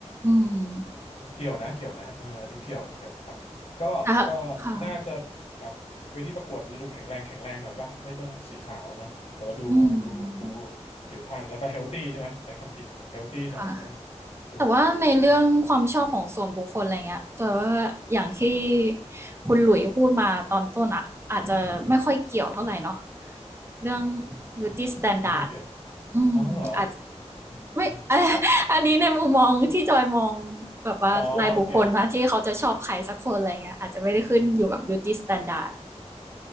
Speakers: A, on the right; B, on the left.
A: อืม
B: เกี่ยวนะเกี่ยวนะเอออันนี้เกี่ยวเกี่ยวครับก็ก็
A: ค่ะค่ะ
B: น่าจะครับเวทีประกวดจะดูแข็งแรงแข็งแรงหน่อยป่ะไม่ต้องสีขาวนะแต่ว่าดูดูดู
A: อืม
B: ผิวพรรณแล้วก็เฮลตี้ใช่ไหมใช้คำผิดเฮลตี้หน่อยใช่ไหม
A: ค่ะ
B: ดูดูเออ
A: แต่ว่าในเรื่องความชอบของส่วนบุคคลอะไรเงี้ยแต่ว่าอย่างที่คุณหลุยพูดมาตอนต้นอ่ะอาจจะไม่ค่อยเกี่ยวเท่าไหร่เนาะเรื่อง beauty standard
B: ไม่ค่อยเกี่ยว
A: อืมอาจจะ
B: อ๋อเหรออืม
A: ไม่ <laughs> อา
B: ครับ
A: อันนี้ในมุมมองที่จอยมองแบบว่ารายบุคคลนะที่เขาจะชอบใครสักคนอะไรเงี้ยอาจจะไม่ได้ขึ้นอยู่กับ
B: อ๋อโอเค
A: Beauty Standard